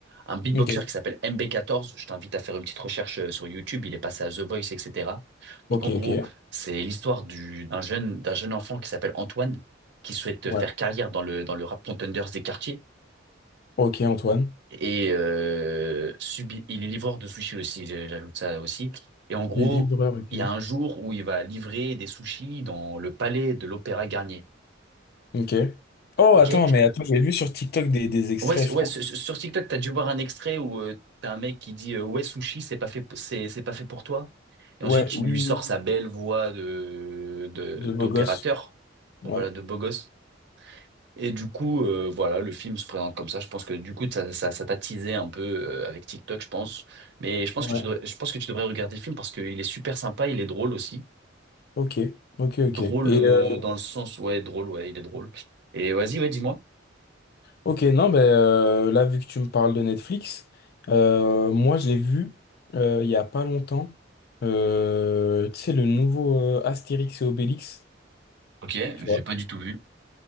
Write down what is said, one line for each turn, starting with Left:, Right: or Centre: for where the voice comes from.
Right: Un beatboxer
Left: Ok.
Right: qui s'appelle MB14, je t'invite à faire une petite recherche euh, sur YouTube, il est passé à The Voice, etc.
Left: Ok,
Right: Donc en gros,
Left: ok.
Right: c'est l'histoire du, d'un jeune, d'un jeune enfant qui s'appelle Antoine, qui souhaite
Left: Ouais.
Right: faire carrière dans le, dans le rap contenders des quartiers.
Left: Ok, Antoine.
Right: Et euh, subi- il est livreur de sushis aussi, j'ai- j'ajoute ça aussi. Et en gros,
Left: Livreur, ok.
Right: il y a un jour où il va livrer des sushis dans le palais de l'Opéra Garnier.
Left: Ok. Oh,
Right: Ok?
Left: attends, mais attends, j'ai vu sur TikTok des, des extraits,
Right: Ouais, c'est-
Left: je
Right: ouais,
Left: crois.
Right: sur sur TikTok, t'as dû voir un extrait où euh, t'as un mec qui dit euh, ouais sushi, c'est pas fait, p- c'est c'est pas fait pour toi. Et
Left: Ouais,
Right: ensuite,
Left: oui,
Right: il lui
Left: oui,
Right: sort sa
Left: oui,
Right: belle voix de de-
Left: de beau
Right: d'opérateur,
Left: gosse. Ouais,
Right: Bon, voilà, de beau gosse. Et du coup, euh, voilà, le film se présente comme ça. Je pense que du coup, ça, ça, ça t'a teasé un peu euh, avec TikTok, je pense. Mais je pense
Left: ouais.
Right: que tu devrais, je pense que tu devrais regarder le film parce qu'il est super sympa, il est drôle aussi.
Left: Ok, ok, ok.
Right: Drôle
Left: Et
Right: euh,
Left: euh,
Right: dans le sens, ouais, drôle, ouais, il est drôle. Et vas-y, ouais, dis-moi.
Left: Ok, non, ben euh, là, vu que tu me parles de Netflix, euh, moi, je l'ai vu euh, il y a pas longtemps. Euh, tu sais, le nouveau euh, Astérix et Obélix,
Right: Ok,
Left: tu
Right: j'ai
Left: vois.
Right: pas du tout vu.